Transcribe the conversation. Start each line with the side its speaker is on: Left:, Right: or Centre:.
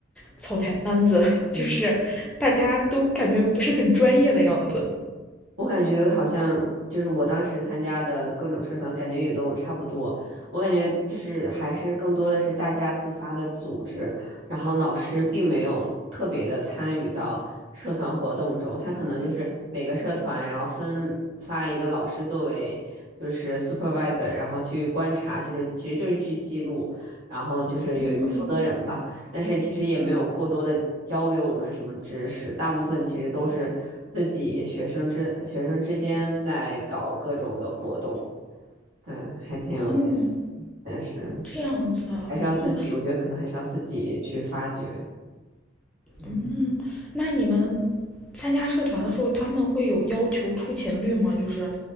Centre: 草台班子，<laughs>
Right: 嗯。
Centre: 就是大家都感觉不是很专业的样子。
Right: 我感觉好像就是我当时参加的各种社团，感觉也都差不多。我感觉就是还是更多的是大家自发的组织，然后老师并没有特别的参与到社团活动中，他可能就是每个社团然后分发一个老师作为就是 supervisor，然后去观察，就是其实就是去记录，然后就是有一个负责人吧。
Centre: 嗯，
Right: 但是其实也没有过多的教给我们什么知识，大部分其实都是自己学生之学生之间在搞各种的活动，对，还挺有意思，
Centre: 哦，
Right: 但是
Centre: 这样子啊，
Right: 还是要自己，
Centre: 哦，
Right: 我觉得可能还是要自己去发掘，嗯，
Centre: 嗯，那你们参加社团的时候，他们会有要求出勤率吗？就是